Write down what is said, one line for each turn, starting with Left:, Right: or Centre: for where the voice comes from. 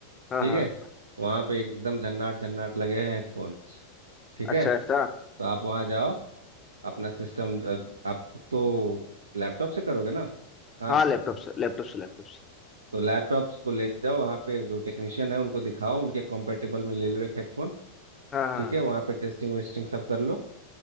Left: हाँ
Right: ठीक
Left: हाँ
Right: है वहाँ पे एकदम झन्नाट झन्नाट लगे हैं हेडफोन्स ठीक
Left: अच्छा
Right: है
Left: ऐसा
Right: तो आप वहाँ जाओ अपना सिस्टम आप तो लैपटॉप से करोगे ना काम
Left: हाँ लैपटॉप से लैपटॉप से लैपटॉप से
Right: तो लैपटॉप को ले जाओ वहाँ पे जो टेक्नीशियन है उनको दिखाओ उनके कॉम्पेटेबल में ले लो एक हेडफोन
Left: हाँ हाँ
Right: ठीक है वहाँ पे टेस्टिंग वेस्टिंग सब कर लो